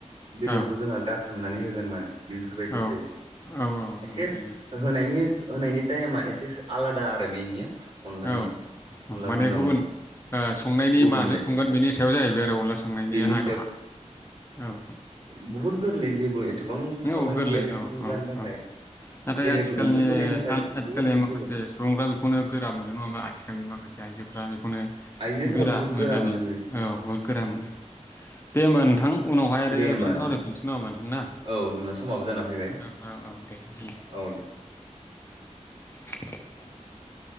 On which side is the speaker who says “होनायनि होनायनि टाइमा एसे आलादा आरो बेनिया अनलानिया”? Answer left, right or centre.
Right